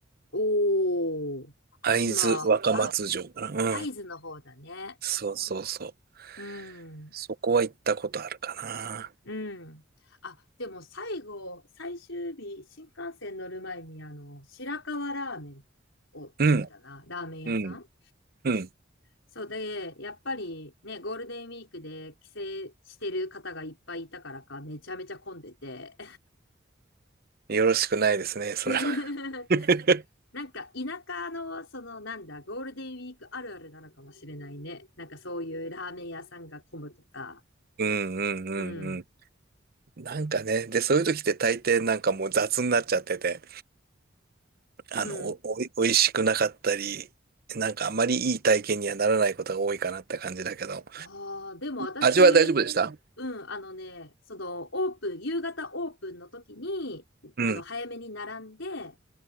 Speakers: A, on the left (about 85°); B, on the right (about 50°).
A: おー、福島。
B: 会津若松城かな。
A: あ、
B: うん。
A: 会津の方だね。
B: そうそうそう。
A: うん、
B: そこは行ったことあるかな。
A: うん。あ、でも最後、最終日、新幹線乗る前に、あの、白河ラーメンを食べたな。
B: うん、
A: ラーメン屋さん。
B: うん、うん。
A: そうで、やっぱりね、ゴールデンウィークで帰省してる方がいっぱいいたからか、めちゃめちゃ混んでて。
B: よろしくないですね、それは。
A: <laughs>
B: <laughs>
A: なんか田舎の、そのなんだ、ゴールデンウィークあるあるなのかもしれないね。なんかそういうラーメン屋さんが混むとか。
B: うんうんうん
A: うん。
B: うん。なんかね、で、そういう時って大抵なんかもう雑になっちゃってて、あの、
A: うん。
B: お、おい、美味しくなかったり、なんかあまりいい体験にはならないことが多いかなって感じだけど。
A: ああ、でも私、
B: 味は大丈夫でした
A: うん、あのね、その、オープン、夕方オープンの時に、
B: うん。
A: あの、早めに並んで、